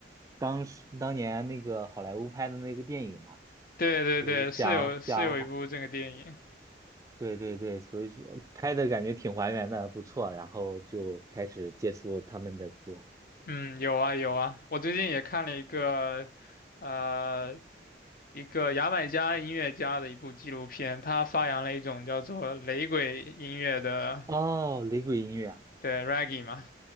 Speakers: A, on the right; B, on the left.
A: 当时当年那个好莱坞拍的那个电影嘛，
B: 对对对，
A: 就是讲讲，
B: 是有是有一部这个电影，
A: 对对对，所以说拍的感觉挺还原的，不错。然后就开始接触他们的歌。
B: 嗯，有啊有啊，我最近也看了一个，呃，一个牙买加音乐家的一部纪录片，他发扬了一种叫做雷鬼音乐的，
A: 哦，雷鬼音乐啊
B: 对，reggae 嘛，